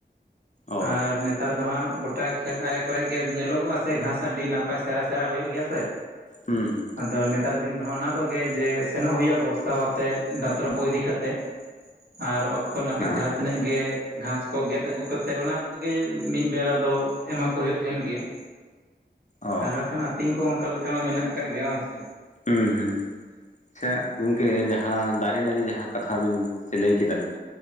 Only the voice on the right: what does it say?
ᱟᱨ ᱱᱮᱛᱟᱨ ᱫᱚ ᱦᱟᱸᱜ ᱜᱚᱴᱟ ᱠᱷᱮᱛ ᱟᱨᱮ ᱠᱚᱨᱮᱜ ᱜᱮ ᱧᱮᱞᱚᱜᱚᱜᱼᱟ ᱥᱮ ᱜᱷᱟᱸᱥ ᱟᱹᱰᱤ ᱱᱟ ᱦᱚᱭ ᱥᱮᱨᱟ ᱥᱮᱨᱟ ᱦᱳᱭᱳᱜ ᱜᱮᱭᱟ ᱥᱮ
ᱟᱫᱚ ᱱᱮᱛᱟᱨ ᱫᱤᱱ ᱫᱚ ᱚᱱᱟ ᱠᱚᱜᱮ ᱡᱮ ᱥᱮᱱᱚᱜ ᱦᱩᱭᱩᱜᱼᱟ, ᱵᱚᱥᱛᱟ ᱟᱛᱮᱫ ᱫᱟᱛᱨᱚᱢ ᱠᱚ ᱤᱫᱤ ᱠᱟᱛᱮᱫ ᱟᱨ ᱚᱠᱛᱚ ᱱᱟᱹᱯᱤᱛ
ᱡᱟᱦᱟᱸ ᱛᱤᱱᱟᱹᱜ ᱜᱮ ᱜᱷᱟᱸᱥ ᱠᱚ ᱜᱮᱫ ᱟᱹᱜᱩ ᱠᱟᱛᱮᱮᱫ ᱚᱱᱟ ᱠᱚᱜᱮ ᱢᱤᱫ ᱵᱮᱲᱟ ᱫᱚ ᱮᱢᱟ ᱠᱚ ᱦᱩᱭᱩᱜ ᱛᱟᱦᱮᱱ ᱜᱮᱭᱟ ᱾
ᱟᱨ ᱵᱟᱠᱷᱟᱱ ᱟᱹᱛᱤᱧ ᱠᱚ ᱚᱱᱠᱟ ᱞᱮᱠᱟ ᱢᱟ ᱢᱮᱱᱟᱜ ᱟᱠᱟᱫ ᱜᱮ ᱵᱟᱝ ᱥᱮ